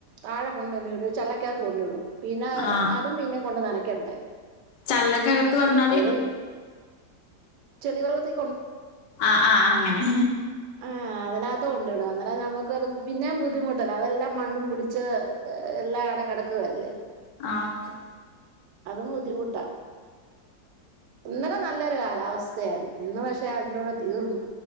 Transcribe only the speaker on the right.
താഴെ കൊണ്ടിടും ചെക്കകത്ത് കൊണ്ടു വിടും പിന്നെ
അതും പിന്നെ കൊണ്ട് നനക്കട്ടെ
അതിലും ചെടി വളർത്തി
ആഹ് അതിനകത്ത് കൊണ്ട് ഇടും അന്നേരം നമുക്ക് അത് പിന്നേം ബുദ്ധിമുട്ടല്ലേ അതെല്ലാം മണ്ണും പിടിച്ച് എല്ലാം ആടെ കെടക്കുവല്ലേ
അതും ബുദ്ധിമുട്ടാ ഇന്നലെ നല്ലൊരു കാലാവസ്ഥയായിരുന്നു ഇന്ന് പക്ഷെ അതിറൂടെ തീർന്നു